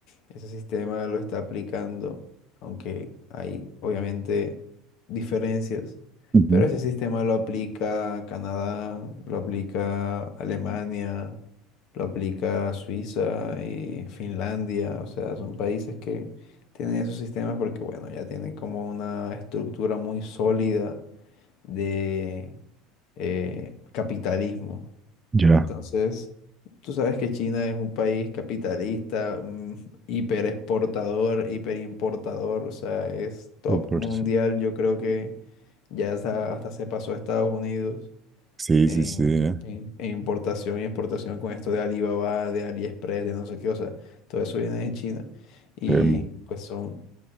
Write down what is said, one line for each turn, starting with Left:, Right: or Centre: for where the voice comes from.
Left: Ese sistema lo está aplicando, aunque hay obviamente diferencias,
Right: Ujú.
Left: pero ese sistema lo aplica Canadá, lo aplica Alemania, lo aplica Suiza y Finlandia. O sea, son países que tienen esos sistemas porque, bueno, ya tienen como una estructura muy sólida de eh, capitalismo.
Right: Ya.
Left: Entonces, tú sabes que China es un país capitalista, mm, hiperexportador, hiperimportador, o sea, es top
Right: Fue por
Left: mundial.
Right: eso.
Left: Yo creo que ya hasta, hasta se pasó a Estados Unidos
Right: Sí,
Left: en,
Right: sí, sí, eh,
Left: en- en importación y exportación con esto de Alibaba, de AliExpress, de no sé qué, o sea, todo eso viene de China. Y
Right: temo.
Left: pues son